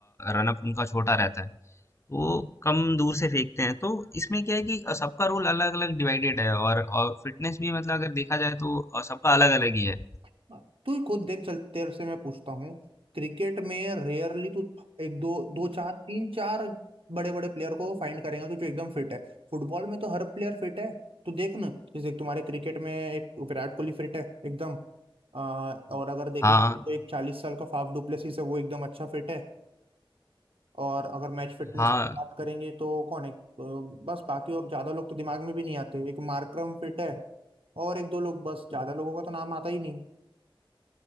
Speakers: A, on the left; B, on the right.
A: रनअप उनका छोटा रहता है तो वो कम दूर से फेंकते हैं तो इसमें क्या है कि सबका रोल अलग अलग डिवाइडेड है और, और फिटनेस भी मतलब अगर देखा जाए तो सबका अलग अलग ही है
B: हाँ, तू खुद देख चल तेरे से मैं पूछता हूँ क्रिकेट में रेयरली तू एक दो दो चार तीन चार बड़े बड़े प्लेयर को फाइंड करेगा कि जो एकदम फिट है फुटबॉल में तो हर प्लेयर फिट है तू देख ना जैसे तुम्हारे क्रिकेट में एक विराट कोहली फिट है एकदम आ, और अगर देखेंगे
A: हाँ
B: तो एक चालीस साल का फाफ डुप्लेसिस है वो एकदम अच्छा फिट है और अगर मैच फिटनेस
A: हाँ
B: बात करेंगे तो कौन है अ, बस बाकी और ज्यादा लोग तो दिमाग में भी नहीं आते एक मार्करम फिट है और एक दो लोग बस ज्यादा लोगों का तो नाम आता ही नहीं